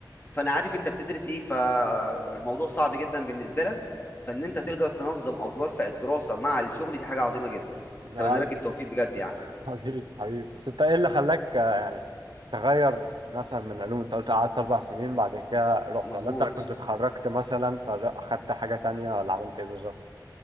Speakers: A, on the left; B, on the right.
A: فانا عارف انت بتدرس ايه فالموضوع صعب جدا بالنسبه لك فان انت تقدر تنظم او توفق الدراسه مع الشغل دي حاجه عظيمه جدا
B: امم
A: اتمنى لك التوفيق بجد يعني
B: حبيبي حبيبي بس انت ايه اللي خلاك آه، يعني تغير مثلا من علوم انت قلت قعدت اربع سنين بعد كده رحت
A: مظبوط
B: ولا انت كنت اتخرجت مثلا فاخدت حاجة تانية ولا عملت ايه بالظبط